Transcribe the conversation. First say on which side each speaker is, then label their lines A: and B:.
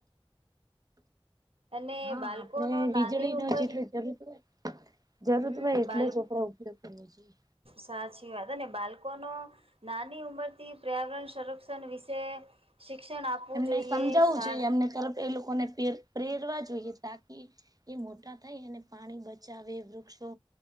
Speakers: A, on the right; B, on the right.
A: અને
B: હા,
A: બાળકોનો
B: આપણે વીજળી
A: નાની
B: નો
A: ઉંમર
B: જેટલ જરૂરત હોય જરૂર
A: હમ
B: હોય એટલે
A: બાળક
B: જ આપડે ઉપયોગ કરવો જોઈએ.
A: સાચી વાત ને બાલકો નો નાની ઉંમરથી પર્યાવરણ સંરક્ષણ વિશે શિક્ષણ આપવું
B: એમને
A: જોઈએ,
B: સમજાવવું
A: શા
B: જોઈએ એમને તરફ એ લોકોને પ્રેર, પ્રેરવા જોઈએ, તાકી એ મોટા થાય અને પાણી બચાવે, વૃક્ષો